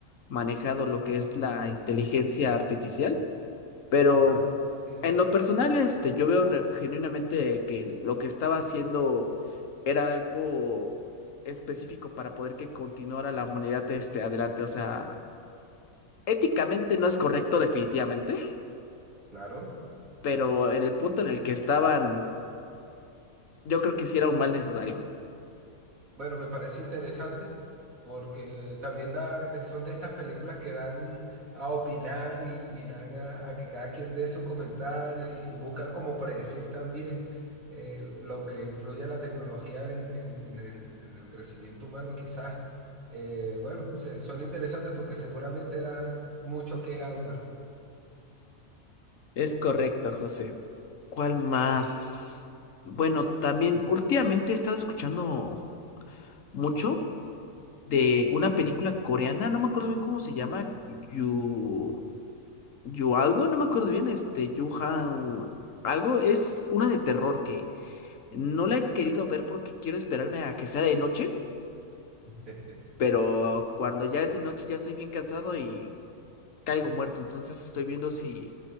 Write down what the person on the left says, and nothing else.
manejado lo que es la inteligencia artificial. Pero
en lo personal, este, yo veo re- genuinamente que lo que estaba haciendo era algo específico para poder que continuara la humanidad este, adelante. O sea, éticamente no es correcto definitivamente,
pero en el punto en el que estaban, yo creo que sí era un mal necesario.
Es correcto, José. ¿Cuál más? Bueno, también últimamente he estado escuchando mucho de una película coreana, no me acuerdo bien cómo se llama, Yu... Yu algo, no me acuerdo bien, este, Yu Han algo, es una de terror que No la he querido ver porque quiero esperarme a que sea de noche,
pero cuando ya es de noche ya estoy bien cansado y caigo muerto, entonces estoy viendo si